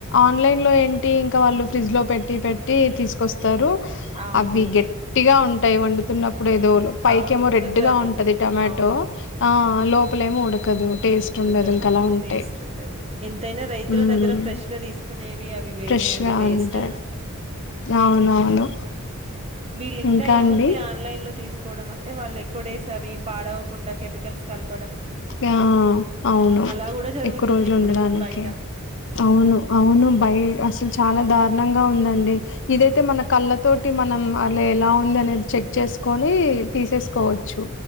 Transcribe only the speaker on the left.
ఆన్లైన్ లో ఏంటి ఇంకా వాళ్ళు ఫ్రిడ్జ్ లో పెట్టి పెట్ టి తీసుకొస్తారు
అవి గట్టిగా ఉంటాయ్ వండుతున్న ఇప్పుడు ఏదో పైకేమో
రెడ్ గా ఉంటది టొమాటో
ఆ లోపలేమో ఉడకదు టేస్ట్
ఉండదు ఇంక అలా ఉంటాయి
ఉమ్
ఫ్రెష్
గా
ఉంటాయి అవునవును
ఇంకా
అండి
ఆ అవును
ఎక్కువ రోజులు
ఉండడానికి
అవును అవును బయ అసలు చాలా దా నంగా ఉందండి ఇదైతే మన కళ్ళ తోటి మనం అలా ఎలా ఉంది అనేది చెక్ చేసుకొని తీసేసుకోవచ్చు